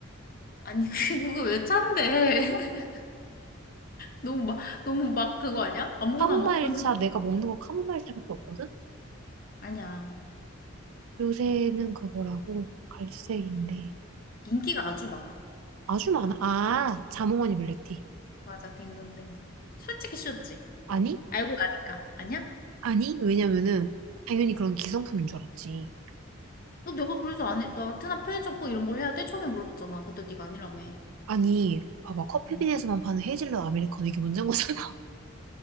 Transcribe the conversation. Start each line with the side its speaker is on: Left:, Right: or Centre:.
Left: 아니, <laughs> 그- 그거 왜 참대? <laughs> 너무 막, 너무 막 그거 아니야? 아무거나
Right: 카모마일
Left: 막 던진
Right: 차,
Left: 거야.
Right: 내가 먹는 거 카모마일 차밖에 없거든?
Left: 아니야.
Right: 요새는 그거라고 갈색인데.
Left: 인기가 아주 많아.
Right: 아주 많아. 아, 자몽하니 블랙티.
Left: 맞아, 딩동댕동. 솔직히 쉬웠지.
Right: 아니?
Left: 알고 나니까. 아니야?
Right: 아니? 왜냐면은, 당연히
Left: 응.
Right: 그런 기성품인 줄 알았지.
Left: 너 내가 그래서 안 해. 나 테나 편의점 꼭 이런 걸 해야 돼? 처음에 물어봤잖아. 그때 네가 아니라며.
Right: 아니, 봐봐. 커피빈에서만
Left: 응.
Right: 파는 헤이즐넛 아메리카노 이게 문제인 거잖아.